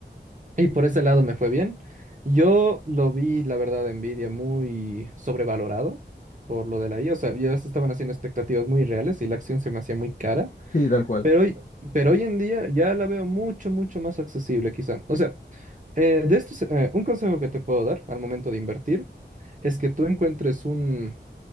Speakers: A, on the right; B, on the left.
A: Y por ese lado me fue bien. Yo lo vi, la verdad, en Nvidia muy sobrevalorado por lo de la IA. O sea, ya se estaban haciendo expectativas muy reales y la acción se me hacía muy cara.
B: Sí, tal cual.
A: Pero hoy, pero hoy en día ya la veo mucho, mucho más accesible, quizá. O sea, eh, de estos, eh, un consejo que te puedo dar al momento de invertir es que tú encuentres un,